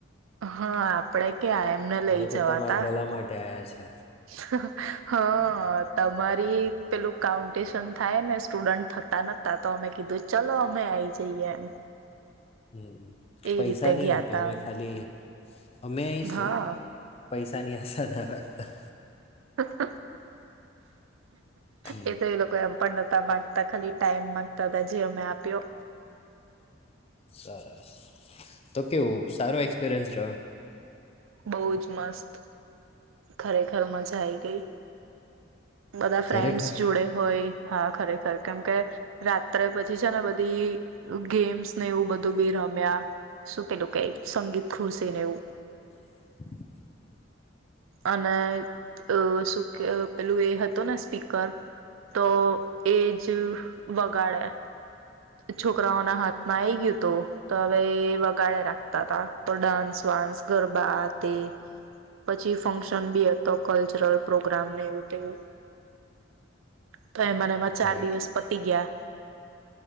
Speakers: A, on the right (about 80°); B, on the left (about 30°).
A: હા આપડે. ક્યાં એમને લઈ
B: અમે તો
A: જવા
B: તમારા
A: તા.
B: ભલા માટે આવ્યા છે
A: હ હા તમારી પેલું કાઉન્ટિશન થાય ને સ્ટુડન્ટ થતા નતા તો અમે કીધું ચલો અમે આવી જઈએ એમ
B: હમ
A: એ
B: પૈસા
A: રીતે
B: નહી
A: ગયા
B: આપે
A: તા
B: અમે ખાલી અમે આઇ શું
A: હા
B: પૈસાની આશા ના રાખતા.
A: હ
B: હમ
A: હ એ તો એ લોકો કએ આમ પણ નતા મામાંગતા ખાલી ટાઈમ માંગતા હતા જે અમે આપ્યો.
B: સરસ. તો કેવું સારો એક્સપીરિયન્સ રહ્યો.
A: બહુ જ મસ્ત. ખરેખર મજા આઈ ગઈ. બધા ફ્રેન્ડસ
B: ખરેખર
A: જોડે હોય હા, ખરેખર કેમકે રાત્રે પછી છે ને બધી ગેમ્સ ને એવું બધું બી રમ્યા સુ કીધું કે સંગીત ખુરશી ને એવું
B: <inaudible>
A: અને અ શું કે પેલું એ હતું ને સ્પીકર તો એજ વગાડે છોકરાઓના હાથમાં આઈ ગયું હતું તો હવે વગાડે રાખતા તા તો ડાન્સ વાન્સ ગરબા આ તે પછી ફંક્શન બી હતો કલ્ચરલ પ્રોગ્રામને એવું તેવું તો એમા ને એમાં ચાર
B: હા
A: દિવસ
B: એટલે
A: પતી ગયા